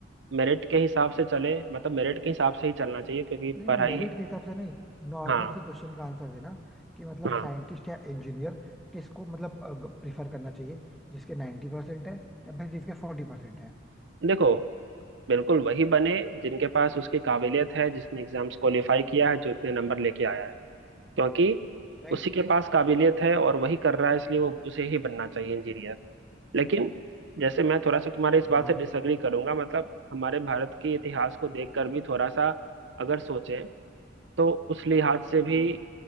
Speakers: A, on the right; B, in the centre.
A: मेरिट के हिसाब से चले मतलब मेरिट के हिसाब से ही चलना चाहिए क्योंकि
B: नहीं
A: पढ़ाई
B: नहीं मेरिट के हिसाब से नहीं नॉर्मल
A: हाँ
B: सी क्वेश्चन का आंसर देना कि मतलब
A: हाँ
B: साइंटिस्ट या इंजीनियर किसको मतलब प्रिफर करना चाहिए जिसके 90% है या फिर जिसके 40% है
A: देखो बिल्कुल वही बने जिनके पास उसकी काबिलियत है जिसने एग्जाम्स क्वालिफाई किया है जो इतने नंबर लेके आया है क्योंकि
B: राइट
A: उसी के पास काबिलियत है और वही कर रहा है इसलिए वो उसे ही बनना चाहिए इंजीनियर लेकिन जैसे मैं
B: अब-
A: थोड़ा सा तुम्हारे इस
B: हाँ
A: बात से डिसएग्री करूंगा मतलब हमारे भारत के इतिहास को देखकर भी थोड़ा सा अगर सोचें तो उस लिहाज से
B: हाँ
A: भी